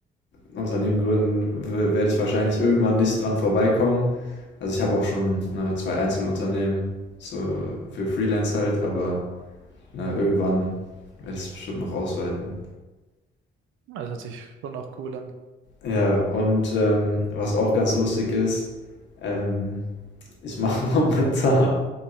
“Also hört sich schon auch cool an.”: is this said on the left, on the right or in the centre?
Right